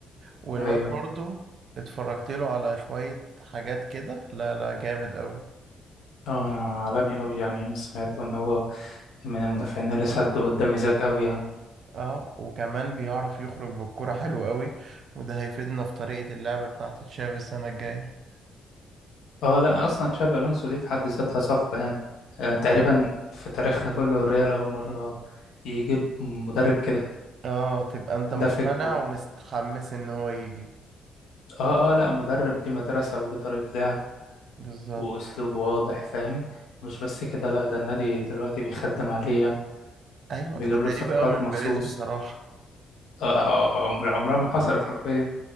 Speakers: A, on the right (about 60°); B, on the left (about 80°).
A: والواد
B: ايوه
A: برضو اتفرجت له على شويه حاجات كده لا لا جامد قوي
B: اه عالمي اوي يعني سمعت ان هو من المدافعين اللي سدوا قدام ايزاك اوي يعني
A: اه وكمان بيعرف يخرج بالكرة حلو قوي وده هيفيدنا في طريقة اللعب بتاعة تشافي السنة الجاية
B: اه لا اصلا تشابي الونسو دي في حد ذاتها صفقة يعني آه تقريبا في تاريخنا كله الريال اول مرة يجيب مدرب كده
A: اه تبقى انت مقتنع
B: ده فكره
A: ومستحمس ان هو يجي
B: اه اه لا مدرب ليه مدرسة وليه طريقة لعب
A: بالظبط
B: وأسلوب واضح فاهم مش بس كده لا ده النادي دلوقتي بيخدم عليه يعني
A: ايوه
B: بيجيب
A: دي غريبة
B: له صفقات
A: قوي من
B: مخصوص
A: بيريز بصراحة
B: آه، آه، آه، آه، عمر عمرها ما حصلت حرفيا